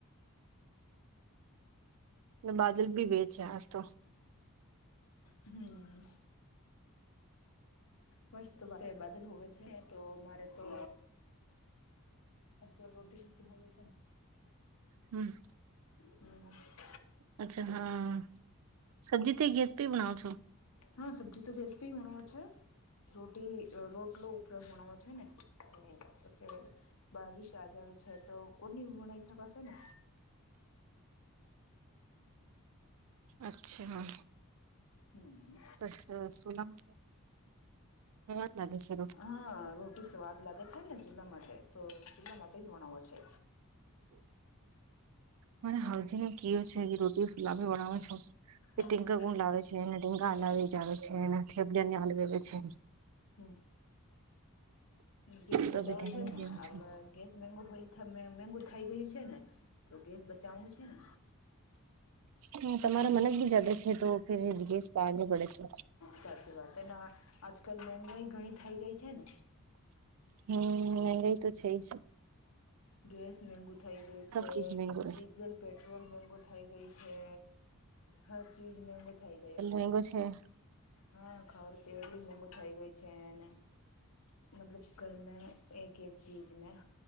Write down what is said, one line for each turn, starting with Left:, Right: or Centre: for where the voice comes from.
Right: બાદલ ભી વેચ્યા આજ તો
Left: હમ. મસ્ત બાદલ હોવે છે તો મારે તો એકે રોટી શતી હોવે છે.
Right: હમ.
Left: હમ.
Right: અચ્છા હા સબ્જી તે ગેસપી બનાવ છો
Left: હા સબ્જી તો ગેસ પે વણ છે રોટી રોટલો ઉપયોગ વણ છે ને. કે પછે બારિશ આજ આવે છે તો કોની વણ ઈચ્છ ક હશે ને
Right: અચ્છા.
Left: હમ.
Right: અચ્છા સુલા વાત લાગે છે.
Left: હા રોટી સ્વાદ લાગે છે. ને ચૂલા માટે તો ચૂલા માટે જ બણાવો છે.
Right: મ હાઉઝિંગ એ <unintelligible> છે. રોટી ફુલાવીને બનાવો છો. એ
Left: હમ
Right: ટીંકા ગુડ લાવે છે. એને ટીંકા હલા જ આવે છે. એના થેબડીયાની હલાવે છે.
Left: હમ ગેસ બચાવો
Right: તો બી ધ્યાન
Left: છે ને
Right: દેવું
Left: આ
Right: છું.
Left: ગેસ મોંઘો હોય. મોંઘો થઇ ગયું છે. ને તો ગેસ બચાવવાનું છેને
Right: હ તમારા
Left: અને
Right: મન જ બી જદા છે. તોયે ગેસ પારું પડે છે.
Left: સાચી વાત એને આજકાલ મંગાઈ ઘણી થઈ ગઈ છેને
Right: હમ મગાઈ તો છેજ
Left: ગેસ મોંઘુ થઈ ગયું છે.
Right: ચીજ મેગો રે
Left: ડીઝલ પેટ્રોલ મોંઘો થઈ ગયું છે. હર ચીજ મોંઘો થઈ ગયો
Right: મોંઘો છે.
Left: હા ખરું તો એટલી મોંઘુ થઈ ગયું છેને મતલબ ઘરમાં એક એક ચીજમાં